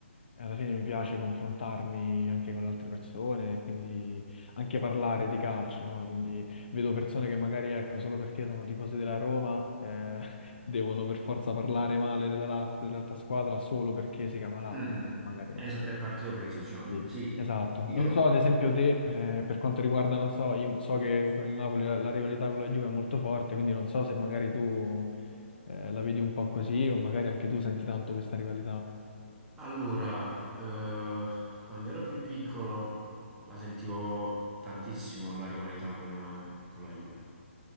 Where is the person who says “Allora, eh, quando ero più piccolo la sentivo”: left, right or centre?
Centre